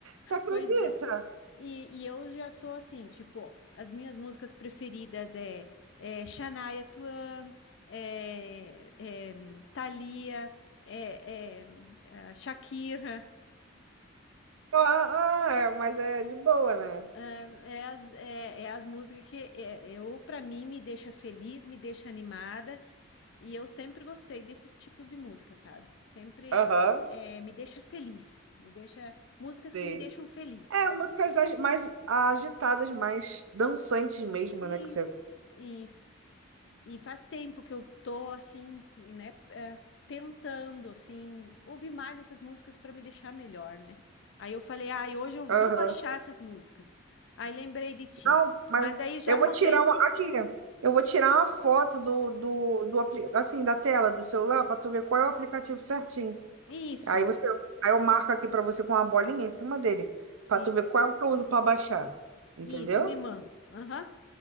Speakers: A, on the right; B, on the left.
A: Tu acredita?
B: pois é. E, e eu já sou assim, tipo, as minhas músicas preferidas é, é Shania Twain, é, é Thalia, é, é, é, Shakira.
A: Ah, ah, é, mas é de boa, né?
B: É é as, é, é as músicas que é, eu, para mim, me deixa feliz, me deixa animada. E eu sempre gostei desses tipos de música, sabe? Sempre
A: Aham,
B: eh, me deixa feliz, me deixa músicas
A: sim.
B: que me deixam feliz.
A: É, músicas agi- mais agitadas, mais dançantes mesmo,
B: Isso,
A: né? Que você.
B: isso. E faz tempo que eu tô assim, né, eh, tentando assim ouvir mais essas músicas para me deixar melhor, né? Aí eu falei, ai, hoje eu vou
A: Aham.
B: baixar essas músicas. Aí lembrei de ti.
A: Não, mas
B: Mas daí já
A: eu
B: anotei.
A: vou tirar uma. Aqui, eu vou tirar uma foto do, do, do apli- assim, da tela do celular pra tu ver qual é o aplicativo certinho.
B: Isso,
A: Aí você. Aí eu marco aqui pra você com uma bolinha em cima dele, pra
B: isso,
A: tu ver qual é o que eu uso pra baixar. Entendeu?
B: isso, me manda. Aham.